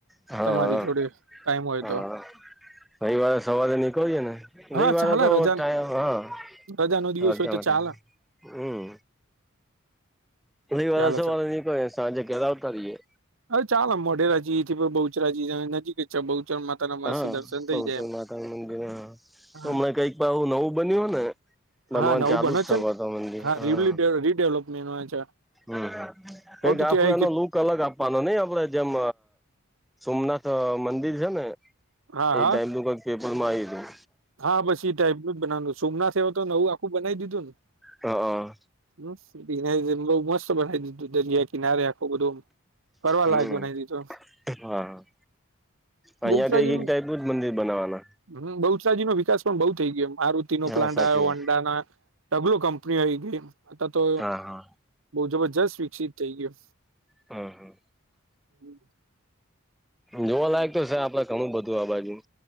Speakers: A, in the centre; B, on the right.
A: હા
B: તમારી જોડે ટાઈમ હોય
A: હા
B: તો
A: રવિવારે સવારે નીકળીયે ને
B: હા
A: રવિવારે
B: ચાલે
A: તો
B: રજા
A: ટાઈમ હા
B: રજા નો દિવસ
A: રજ
B: હોય તો
A: મ
B: ચાલે
A: હમ ઘણી વાર
B: ચાલ
A: સવારે
B: ચાલ
A: નીકળે સાંજે ઘેર આવતા રહીએ
B: અરે ચાલ મોઢેરાજી પણ બહુ ચરા નજીક છે બહુચર માતા ના મસ્ત
A: હા
B: દર્શન થઈ
A: બહતે
B: જાય
A: માતાનું મંદિર હ
B: એમ
A: હમને કંઈકું નવું બન્યું હો ને બનવાન
B: હા નવું
A: જાલુ
B: બને
A: જ થકો
B: છે ને
A: હતો મંદિર હા
B: રીડેવલપમેન્ટ છે
A: હમ
B: હ
A: એ ગાખું
B: તો ત્યાં
A: આનો લ અલગ આપવાનો નહ આપડે જેમ સોમનાથ મંદિર છે ને
B: હા
A: એ
B: હા
A: ટાઈમ તો કઈક પેપર માં આવી હતું
B: હા બસ એ ટાઈપ ન જ બનાવાનું સોમનાથ થવા તો નવું આખું બનાવી દીધું ને
A: હ હ હા
B: હ બ મસ્ત બનાવી દીધું દરિયા કિનારે આખું બધું ફરવા
A: હમ
B: લાયક બનાવી દીધો
A: હા અહિયાં
B: બહુચરા
A: કઈક
B: જે એમ
A: એક ટાઈપ નું જ મંદિર બનાવાના
B: હ બહુજ નો વિકાસ પણ બહુ થઈ ગયો એ આરુતિ નો
A: હા
B: પ્લાન્ટ
A: સાચી
B: આ્યો
A: વાત
B: અંડા ના ડબલો કંપની આઈ ગઈ અ તો
A: હા હા
B: બહુ જબરજસ્ત વિકસિત થઈ ગયયો
A: હા હમ
B: હમ.
A: જોવા લાયક તો સર આપડે ઘણું બધું આ બાજુ.